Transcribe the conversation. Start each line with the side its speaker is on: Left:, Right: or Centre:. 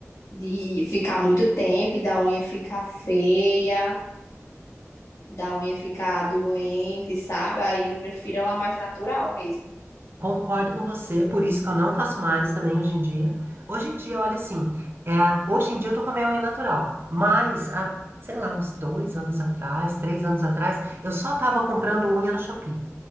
Left: de ficar muito tempo e da unha ficar feia, da unha ficar doente, sabe? Aí eu prefiro ela mais natural mesmo.
Right: Concordo com você, por isso que eu não faço mais também hoje em dia. Hoje em dia, olha assim, é, hoje em dia eu tô com a minha unha natural, mas há, sei lá, uns dois anos atrás, três anos atrás, eu só tava comprando unha no Shopee.